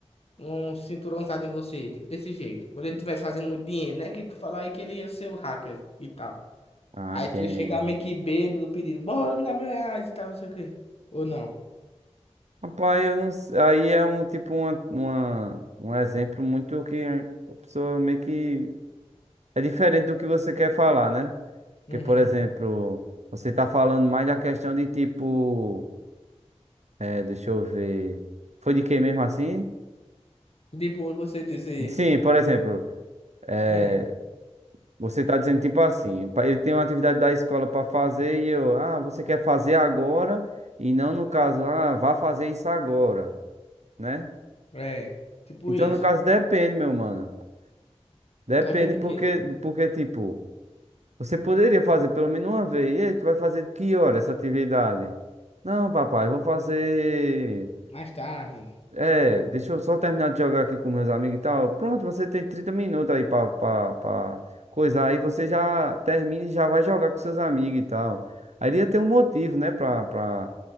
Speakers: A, on the left; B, on the right.
A: um cinturãozado em você? Tipo, desse jeito. Quando ele estivesse fazendo muito dinheiro, né? Que tu falou aí que ele ia ser o hacker e tal.
B: Ah,
A: Aí
B: entendi.
A: tu ia chegar meio que bêbado pedindo, bora me dar mil reais e tal, não sei o quê. Ou não.
B: Rapaz, eu não sei. Aí é um tipo uma, uma, um exemplo muito que a pessoa meio que é diferente do que você quer falar, né? Porque,
A: Uhum.
B: por exemplo, você tá falando mais da questão de tipo. É, deixa eu ver. Foi de quem mesmo assim?
A: Tipo, você dizer,
B: Sim, por exemplo, é,
A: hum,
B: você tá dizendo tipo assim, pa- ele tem uma atividade da escola para fazer e eu, ah, você quer fazer agora e não no caso, ah, vá fazer isso agora, né?
A: é, tipo
B: Então,
A: isso.
B: no caso, depende, meu mano. Depende
A: Depende
B: porque,
A: de quê?
B: porque tipo, você poderia fazer pelo menos uma vez. E aí, tu vai fazer de que hora essa atividade? Não, papai, eu vou fazer.
A: Mais tarde.
B: É, deixa eu só terminar de jogar aqui com meus amigos e tal. Pronto, você tem 30 minutos aí pra, pra, pra coisar. Aí você já termina e já vai jogar com seus amigos e tal. Aí ele ia ter um motivo, né, pra, pra,